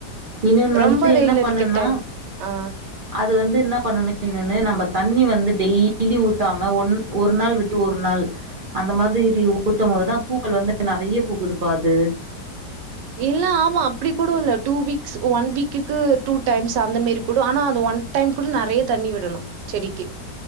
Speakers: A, on the right; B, on the right.
A: இன்னொன்னு
B: ரொம்ப
A: வந்து
B: வெயில்
A: என்ன
B: அடிக்க
A: பண்ணுன்னா
B: டைம் ஆ
A: அது வந்து ன்னா பண்ணனு இன்னொன்னு நம்ம தண்ணி வந்து டெய்லி ஊத்தாம ஒன் ஒரு நாள் விட்டு ஒரு நாள் அந்த மாதிரி ஊத்தம் போதுதா பூக்கள் வந்து நெறைய பூக்குது பா அது
B: இல்ல ஆமா அப்டி கூட இல்ல டூ வீக்ஸ் ஒன் வீக்குக்கு டூ டைம்ஸ் அந்த மேரி கூட ஆனா அது ஒன் டைம் கூட நெறைய தண்ணி விடணு செடிக்கி